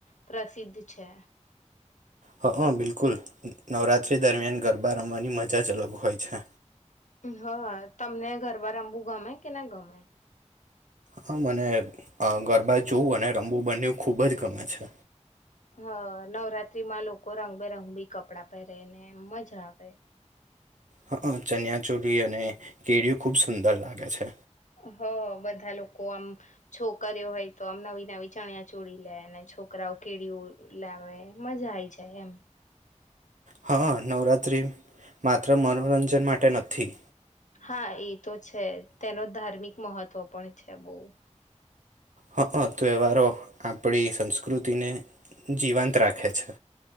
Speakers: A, on the left; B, on the right.
A: પ્રસિદ્ધ છે
B: હ બિલકુલ નવરાતિ દરમિયાન ગરબા રમવાની મજા જ અલગ હોય છે
A: હા તમને ઘરબા રમવું ગમે કે ના ગમે
B: હા મને ગરબા જોવું અને રમવું બન્યું ખૂબ જ ગમે છે
A: હ નવરાત્રીમાં લોકો રંગબેરંગ બી કપડાં પહેરે ને એમ મજા આવે
B: હા ચનિયા ચોલી અને કેળઓ ખુબ સુંદર લાગે છે
A: હ બધા લોકો આમ છોકરીઓ હોય તો આમ નવી નવી ચણિયા ચોડી લે અને છોકરાઓ કેળ લાવે મજા આઈ જાય એમ
B: હા નવરાત્રિ માત્ર મનોરંજન માટે નથી
A: હા એ તો છે તેનો ધાર્મિક મહત્વ પણ છે બહુ
B: હ હ તહેવારો આપણી સંસ્કૃતિને જીવાંત રાખે છે